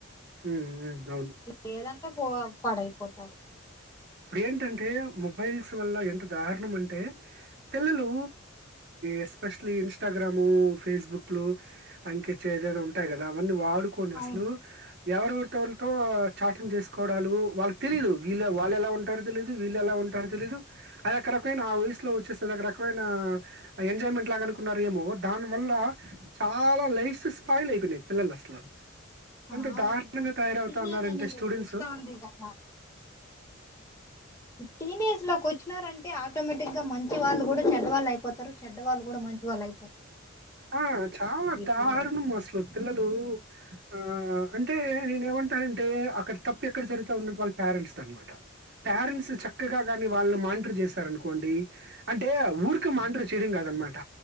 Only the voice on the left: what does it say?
లేదంటే పో పాడైపోతారు
అవును
ఆ
ఇప్పుడు
ఈ టీనేజ్
అనేది
ఒకటి వస్తా ఉంది కదా ఈ టీనేజ్ లోకి వచ్చినారంటే ఆటోమేటిక్ గా మంచి వాళ్ళు కూడా చెడ్డ వాళ్ళు అయిపోతారు చెడ్డ వాళ్ళు కూడా మంచి వాళ్ళు అవు
టీనేజ్ లో